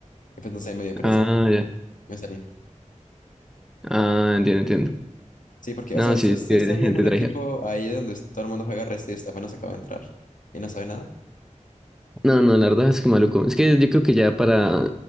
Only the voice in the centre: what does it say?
Ah, ya.
Ah, entiendo, entiendo.
No,
sí,
es que
hay gente
trae
No, no, no, la verdad es que maluco. Es que yo creo que ya para,